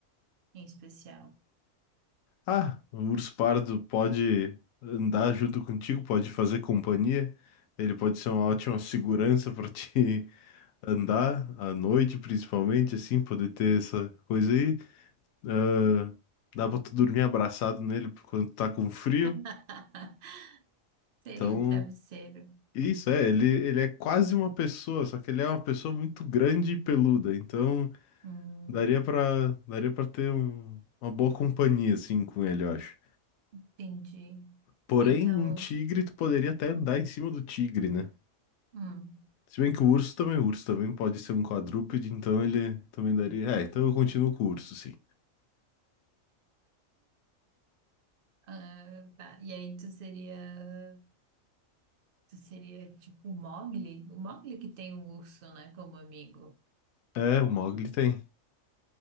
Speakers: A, on the right; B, on the left.
A: em especial?
B: Ah, um urso pardo pode andar junto contigo, pode fazer companhia. Ele pode ser uma ótima segurança para ti. andar à noite, principalmente, assim, poder ter essa coisa aí. Ah, dá pra tu dormir abraçado nele quando tá com frio.
A: <laughs> Seria
B: Então,
A: um travesseiro.
B: isso é, ele, ele é quase uma pessoa, só que ele é uma pessoa muito grande e peluda. Então,
A: Hum,
B: daria pra, daria pra ter um- uma boa companhia, assim, com ele, eu acho.
A: entendi.
B: Porém,
A: Então,
B: um tigre, tu poderia até andar em cima do tigre, né?
A: hum.
B: Se bem que o urso também, o urso também pode ser um quadrúpede, então ele também daria. É, então eu continuo com o urso, sim.
A: Ah, tá. E aí tu seria, tu seria tipo o Mogli? O Mogli que tem um urso, né, como amigo.
B: É, o Mogli tem.